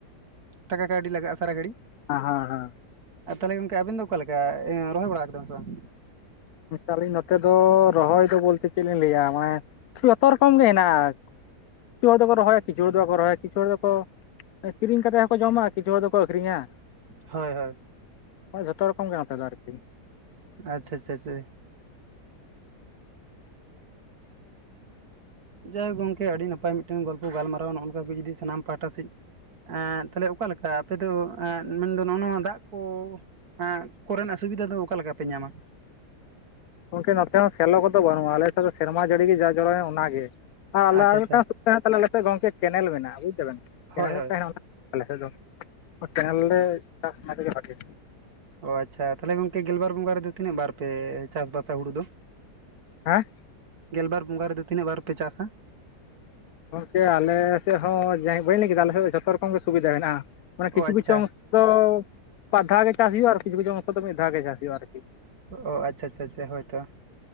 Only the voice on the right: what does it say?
ᱴᱟᱠᱟ ᱠᱟᱹᱣᱰᱤ ᱞᱟᱹᱜᱟᱜᱼᱟ ᱥᱟᱨᱟ ᱜᱟᱹᱲᱤ।
ᱟᱨ ᱛᱟᱦᱚᱞᱮ ᱜᱚᱝᱠᱮ ᱟᱵᱤᱱ ᱫᱚ ᱚᱠᱟ ᱞᱮᱠᱟ ᱨᱚᱦᱚᱭ ᱵᱟᱲᱟ ᱟᱠᱟᱫᱟᱵᱤᱱ ᱥᱮ ᱵᱟᱝ?
ᱦᱳᱭ ᱦᱳᱭ।
ᱟᱪᱪᱷᱟ ᱟᱪᱪᱷᱟ ᱪᱷᱟᱭ ᱾ ᱡᱟᱭ ᱜᱚᱝᱠᱮ ᱟᱹᱰᱤ ᱱᱟᱯᱟᱭ ᱢᱤᱫᱴᱮᱱ ᱜᱚᱞᱯᱚ ᱜᱟᱞᱢᱟᱨᱟᱣ ᱱᱚᱜᱼ ᱚᱭ ᱱᱚᱝᱠᱟ ᱜᱮ ᱡᱩᱫᱤ ᱥᱟᱱᱟᱢ ᱯᱟᱦᱴᱟ ᱥᱮᱫᱼᱼ ᱮᱸ ᱛᱟᱦᱞᱮ ᱚᱠᱟᱞᱮᱠᱟ ᱟᱯᱮ ᱫᱚ ᱮ ᱢᱮᱱᱫᱚ ᱱᱚᱜᱼᱚ ᱱᱚᱣᱟ ᱫᱟᱜ ᱠᱚ? ᱮᱸ ᱠᱚᱨᱮᱱᱟᱜ ᱥᱩᱵᱤᱫᱷᱟ ᱫᱚ ᱚᱠᱟ ᱞᱮᱠᱟᱯᱮ ᱧᱟᱢᱟ।
ᱟᱪᱪᱷᱟ
ᱟᱪᱪᱷᱟ
ᱦᱳᱭ ᱦᱳᱭ
ᱚ ᱟᱪᱪᱷᱟ ᱛᱟᱦᱞᱮ ᱜᱚᱝᱠᱮ ᱜᱮᱞᱵᱟᱨ ᱵᱚᱸᱜᱟ ᱨᱮᱫᱚ ᱛᱤᱱᱟᱹᱜ ᱵᱟᱨ ᱯᱮ ᱪᱟᱥᱼᱵᱟᱥᱟ ᱦᱩᱲᱩ ᱫᱚ?
ᱜᱮᱞᱵᱟᱨ ᱵᱚᱸᱜᱟ ᱨᱮᱫᱚ ᱛᱤᱱᱟᱹᱜ ᱵᱟᱨ ᱯᱮ ᱪᱟᱥᱟ?
ᱚ
ᱟᱪᱪᱷᱟ
ᱚ ᱟᱪᱪᱷᱟᱼᱟᱪᱪᱷᱟᱼᱟᱪᱪᱷᱟ ᱦᱳᱭ ᱛᱚ।